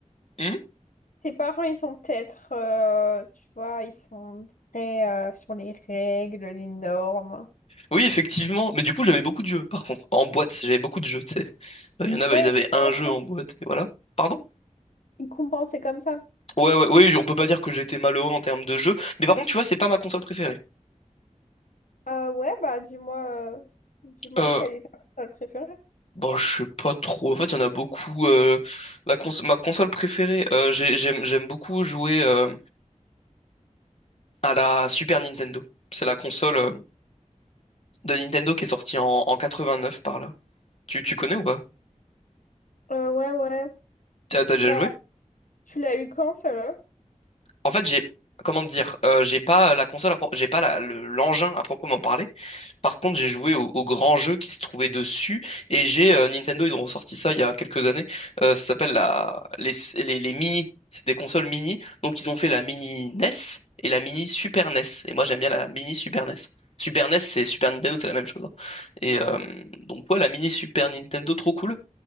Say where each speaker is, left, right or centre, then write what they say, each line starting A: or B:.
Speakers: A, on the left; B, on the left.
A: Hmm
B: Tes parents, ils sont peut-être, euh, tu vois, ils sont très euh, sur les règles, les normes.
A: oui, effectivement. Mais du coup j'avais beaucoup de jeux par contre. En boîte, j'avais beaucoup de jeux, tu sais. Euh, Il y en a,
B: Ouais,
A: bah, ils avaient
B: ils compensaient,
A: un jeu en boîte, et voilà. Pardon?
B: ils compensaient comme ça.
A: Ouais, ouais, oui, on peut pas dire que j'étais malheureux en termes de jeux. Mais par contre, tu vois, c'est pas ma console préférée.
B: Euh, ouais, bah dis-moi, euh, dis-moi
A: Euh,
B: quelle est ta personne préférée.
A: bon, je sais pas trop. En fait, il y en a beaucoup. euh, la cons- ma console préférée, euh, j'ai- j'aime, j'aime beaucoup jouer euh, à la Super Nintendo. C'est la console euh, de Nintendo qui est sortie en, en 89 par là. Tu, tu connais ou pas?
B: Euh, ouais, ouais.
A: T'as t'as déjà
B: Bah,
A: joué?
B: tu l'as eu quand, ça là?
A: En fait, j'ai, comment dire, euh, j'ai pas la console, à pro- j'ai pas la- le- l'engin à proprement parler. Par contre, j'ai joué au, au grand jeu qui se trouvait dessus et j'ai euh, Nintendo, ils ont ressorti ça il y a quelques années. Euh, ça s'appelle la, les, les, les mini. C'est des consoles mini. Donc, ils ont fait la mini NES et la mini Super NES. Et moi, j'aime bien la mini Super NES. Super NES, c'est Super Nintendo, c'est la même chose. hein. Et euh, donc, ouais, la mini Super Nintendo, trop cool.